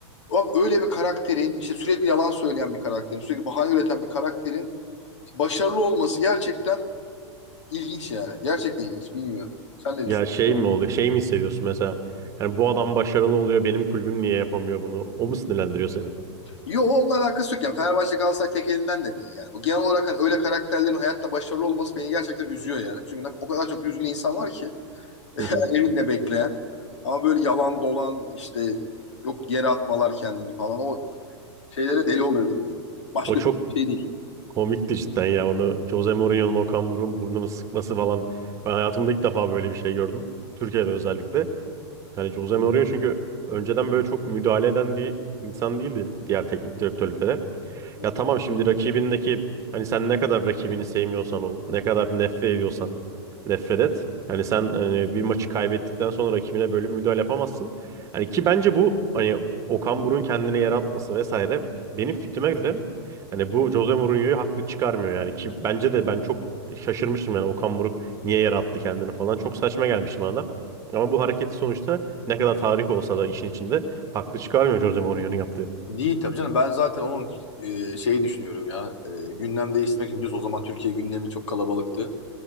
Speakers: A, on the left; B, on the right.
A: abi öyle bir karakterin işte sürekli yalan söyleyen bir karakterin sürekli bahane üreten bir karakterin başarılı olması gerçekten ilginç yani. Gerçekten ilginç bilmiyorum. Sen ne
B: Ya
A: düşünüyorsun?
B: şey mi oluyor? Şey mi hissediyorsun mesela? Yani bu adam başarılı oluyor, benim kulübüm niye yapamıyor bunu? O mu sinirlendiriyor seni?
A: Yo onunla alakası yok yani. Fenerbahçe Galatasaray tek elinden de değil yani. Bu genel olarak hani öyle karakterlerin hayatta başarılı olması beni gerçekten üzüyor yani. Çünkü o kadar çok düzgün insan var ki yani
B: Hı hı.
A: evinde bekleyen ama böyle yalan dolan işte yok yere atmalar kendini falan o şeylere deli oluyorum. Başka
B: O çok
A: türlü bir şey değil.
B: komikti cidden ya. Onu Jose Mourinho'nun Okan Buruk'un burnunu sıkması falan. Ben hayatımda ilk defa böyle bir şey gördüm. Türkiye'de özellikle. Yani Jose Mourinho çünkü önceden böyle çok müdahale eden bir insan değildi diğer teknik direktörlüklere.
A: Hı hı.
B: Ya tamam şimdi rakibindeki hani sen ne kadar rakibini sevmiyorsan ol, ne kadar nefret ediyorsan nefret et. Yani sen hani bir maçı kaybettikten sonra rakibine böyle bir müdahale yapamazsın. Hani ki bence bu hani Okan Buruk'un kendine yer atması vesaire benim fikrime göre hani bu Jose Mourinho'yu haklı çıkarmıyor yani ki bence de ben çok şaşırmıştım yani Okan Buruk niye yer attı kendini falan çok saçma gelmişti bana da. Ama bu hareketi sonuçta ne kadar tarih olsa da işin içinde haklı çıkarmıyor Jose Mourinho'nun yaptığı.
A: Değil tabii canım. Ben zaten onun e, şeyi düşünüyorum ya. E, gündem değiştirmek için biliyorsun o zaman Türkiye gündemi çok kalabalıktı.